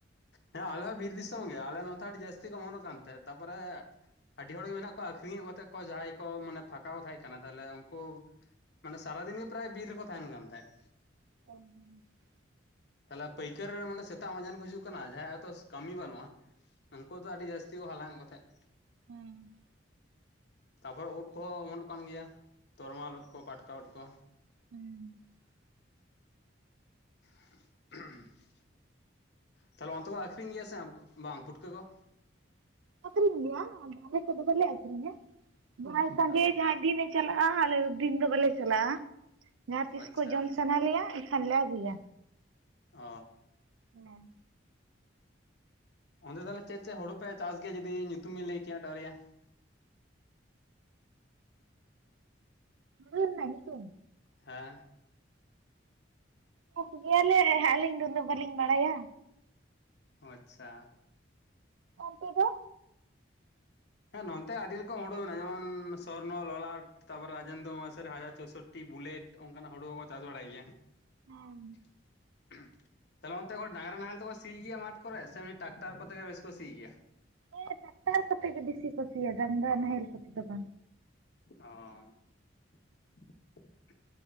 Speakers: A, on the left; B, on the right.
A: ᱦᱮᱸ ᱟᱞᱮ ᱦᱚᱸ ᱵᱤᱨ ᱫᱤᱥᱚᱢ ᱜᱮ ᱟᱞᱮ ᱱᱚᱛᱮ ᱟᱹᱰᱤ ᱡᱟᱹᱥᱛᱤ ᱠᱚ ᱚᱢᱚᱱᱚᱜ ᱠᱟᱱ ᱛᱟᱦᱮᱸᱜ, ᱛᱟᱯᱚᱨᱮ ᱟᱹᱰᱤ ᱦᱚᱲ ᱜᱮ ᱢᱮᱱᱟᱜ ᱠᱚᱣᱟ ᱟᱠᱷᱨᱤᱧᱮᱜ ᱠᱟᱛᱮᱜ ᱠᱚ ᱡᱟᱦᱟᱸᱭ ᱠᱚ ᱢᱟᱱᱮ ᱯᱷᱟᱸᱠᱟ ᱠᱚ ᱛᱟᱦᱮᱸ ᱠᱟᱱᱟ ᱛᱟᱦᱚᱞᱮ ᱩᱱᱠᱩ ᱢᱟᱱᱮ ᱥᱟᱨᱟ ᱫᱤᱱ ᱜᱮ ᱯᱨᱟᱭ ᱵᱤᱨ ᱨᱮᱠᱚ ᱛᱟᱦᱮᱱ ᱠᱟᱱ ᱛᱟᱦᱮᱸᱫ᱾
B: <inaudible>
A: ᱛᱟᱞᱦᱮ ᱯᱟᱹᱭᱠᱟᱹᱨ ᱨᱮ ᱢᱟᱱᱮ ᱥᱮᱛᱟᱜ ᱢᱟᱡᱟᱱ ᱠᱚ ᱦᱤᱡᱩᱜ ᱠᱟᱱᱟ ᱡᱟᱦᱟᱸᱭ ᱦᱚᱭᱛᱚ ᱠᱟᱹᱢᱤ ᱵᱟᱹᱱᱩᱜᱼᱟ᱾ ᱩᱱᱠᱩ ᱫᱚ ᱟᱹᱰᱤ ᱡᱟᱹᱥᱛᱤ ᱠᱚ ᱦᱟᱞᱟᱝ ᱮᱸᱜ ᱠᱚ ᱛᱟᱦᱮᱸᱫ᱾
B: ᱦᱩᱸ᱾
A: ᱛᱟᱯᱚᱨᱮ ᱳᱫ ᱠᱚᱦᱚᱸ ᱮᱢᱚᱱᱚᱜ ᱠᱟᱱ ᱜᱮᱭᱟ, ᱛᱚᱨᱢᱟᱞ ᱳᱫ ᱠᱚ, ᱯᱟᱴᱠᱟ ᱳᱫ ᱠᱚ᱾
B: <unintelligible>
A: <unintelligible> ᱛᱟᱦᱚᱞᱮ ᱚᱱᱛᱮ ᱠᱚ ᱟᱠᱷᱨᱤᱧ ᱜᱮᱭᱟ ᱥᱮ ᱵᱟᱝ ᱯᱩᱴᱠᱟᱹ ᱠᱚ?
B: ᱟᱹᱷᱨᱤᱧ ᱜᱮᱭᱟ ᱟᱞᱮ ᱥᱮᱫ ᱫᱚ ᱵᱟᱞᱮ ᱟᱠᱷᱨᱤᱧᱟ ᱡᱟᱦᱟᱭ ᱥᱟᱸᱜᱮ
A: ᱚ
B: ᱡᱟᱦᱟᱭ ᱰᱤ ᱪᱟᱞᱟᱜᱼᱟ ᱟᱞᱮ ᱫᱤᱱ ᱫᱚ ᱵᱟᱞᱮ ᱪᱟᱞᱟᱜᱼᱟ, ᱡᱟᱦᱟᱸ ᱛᱤᱥ
A: ᱟᱪᱪᱷᱟ
B: ᱠᱚ ᱡᱚᱢ ᱥᱟᱱᱟ ᱞᱮᱭᱟ ᱮᱱᱠᱷᱟᱱ ᱞᱮ ᱟᱜᱩᱭᱟ᱾
A: ᱚᱻ
B: ᱦᱮᱸ᱾
A: ᱚᱸᱫᱮ ᱛᱟᱦᱚᱞᱮ ᱪᱮᱫ ᱪᱮᱫ ᱦᱳᱲᱳ ᱯᱮ ᱪᱟᱥ ᱜᱮᱭᱟ ᱡᱩᱫᱤ ᱧᱩᱛᱩᱢᱤᱧ ᱞᱟᱹᱭ ᱠᱮᱭᱟ <unintelligible> ᱭᱟ?
B: ᱦᱩᱲᱩ ᱨᱮᱱᱟᱜ ᱱᱤᱛᱩᱢ?
A: ᱦᱮᱸ᱾
B: ᱵᱮᱥ ᱜᱮᱭᱟᱞᱮ ᱟᱹᱞᱤᱧ ᱫᱚ ᱩᱱᱟᱹᱜ ᱵᱟᱹᱞᱤᱧ ᱵᱟᱲᱟᱭᱟ᱾
A: ᱚ ᱟᱪᱪᱷᱟ᱾
B: ᱚᱱᱛᱮ ᱫᱚ?
A: ᱦᱮᱸ ᱱᱚᱱᱚᱛ ᱟᱹᱰᱤ ᱨᱚᱠᱚᱢ ᱦᱳᱲᱳ ᱢᱮᱱᱟᱜᱼᱟ ᱡᱮᱢᱚᱱ ᱥᱚᱨᱱᱚ, ᱞᱚᱞᱟᱴ᱾ ᱛᱟᱯᱚᱨᱮ ᱨᱟᱡᱮᱱᱫᱚ ᱢᱟᱥᱟᱨᱮ, ᱦᱟᱡᱟᱨ ᱪᱳᱥᱳᱴᱤ, ᱵᱩᱞᱮᱴ ᱚᱱᱠᱟᱱᱟᱜ ᱦᱳᱲᱳ ᱠᱚᱠᱚ ᱪᱟᱥ ᱵᱟᱲᱟᱭ ᱜᱮᱭᱟ᱾
B: ᱦᱩᱸ᱾
A: <inaudible> ᱛᱟᱦᱚᱞᱮ ᱚᱱᱛᱮ ᱫᱚ ᱰᱟᱝᱨᱟ ᱱᱟᱦᱮᱞ ᱫᱚᱠᱚ ᱥᱤᱭ ᱜᱮᱭᱟ ᱢᱟᱴ ᱠᱚᱨᱮ ᱥᱮ ᱮᱢᱱᱤ ᱴᱨᱟᱠᱴᱟᱨ ᱠᱚᱛᱮᱜ ᱜᱮ ᱵᱮᱥᱤ ᱠᱚ ᱥᱤ ᱜᱮᱭᱟ?
B: ᱦᱮᱸ ᱴᱟᱠᱴᱟᱨ ᱠᱚᱛᱮ ᱜᱮ ᱵᱮᱥᱤ ᱠᱩ ᱥᱤᱭᱟ ᱰᱟᱝᱨᱟ ᱱᱟᱦᱮᱞ ᱠᱚᱛᱮ ᱫᱚ ᱵᱟᱝ?
A: ᱚ <inaudible>